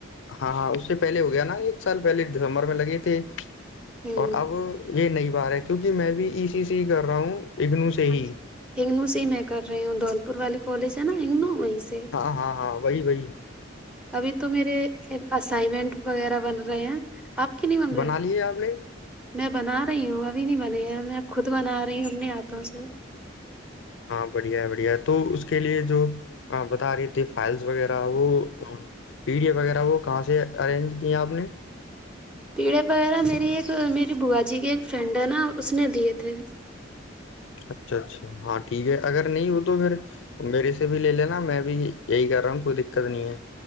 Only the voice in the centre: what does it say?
ہیں
ہ
ہگنو سے ہی میں کر رہی ہوں دھول پور والی کالج ہے نا ہگنو وہیں سے
ابھی تو میرے اسائنمنٹ وغیرہ بن رہے ہیں آپ کی نہیں بن رہے
میں بنا رہی ہوں ابھی نہیں بنے ہیں میں خود بنا رہی ہوں اپنے ہاتھوں سے
پیڑے وغیرہ میری ایک میری بوا جی کی ایک فرینڈ ہے نا اس نے دیے تھے